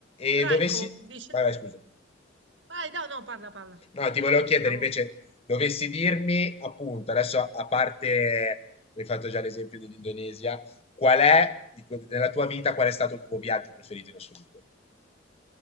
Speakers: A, on the left; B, on the right.
A: E,
B: Però
A: e dovessi...
B: ecco, dice...
A: Vai, vai, scusa.
B: Vai, no, no, parla, parla.
A: No, ti volevo chiedere
B: Stavo...
A: invece, dovessi dirmi, appunto, adesso a, a parte, mi hai fatto già l'esempio dell'Indonesia, qual è, di que- nella tua vita, qual è stato il tuo viaggio preferito in assoluto?